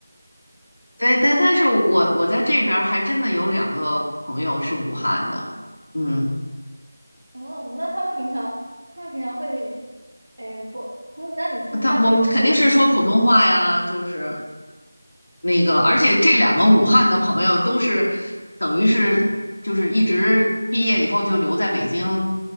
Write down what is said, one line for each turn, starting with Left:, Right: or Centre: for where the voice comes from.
Left: 对，但但是我我在这边儿还真的有两个朋友是武汉的，嗯，
Right: 嗯，那他们平常，他们平常会给你，哎，不，嗯那你听他们有口音吗？
Left: 他我们肯定是说普通话呀，就是那个，而且这两个武汉的朋友都是等于是就是一直毕业以后就留在北京，